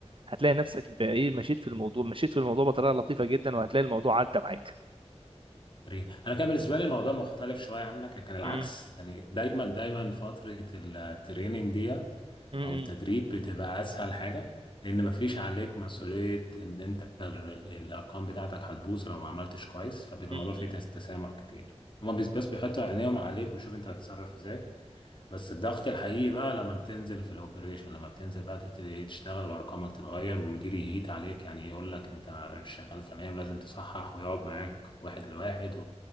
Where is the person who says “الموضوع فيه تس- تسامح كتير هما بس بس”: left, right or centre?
Left